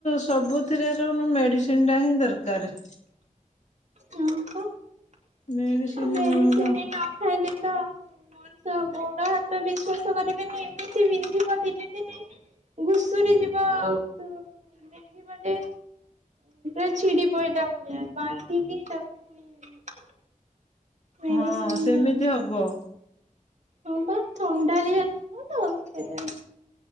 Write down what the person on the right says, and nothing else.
ହଁ ପା ଆଉ
ମେଡିସିନ
ନ ଖାଇଲେ ତ ମଣିଷ ଗୋଡ଼ ହାତ ବିଶ୍ୱାସ କରିବେନି ଏମିତି ବିନ୍ଧିବ ଦିନେ ଦିନେ। ଘୁଷୁରୀ ଯିବ ଆଉ ତୁ ବିନ୍ଧିବ ଯେ ଏ ଛିଡିପଇଲା ଭଳିଆ ବାନ୍ଧିକି ତାକୁ ପୁଣି
ମେଡିସିନ
ନେଇ
ହଁ ବା ଥଣ୍ଡା ଦେହ <inaudible> ତ ସେଥିପାଇଁ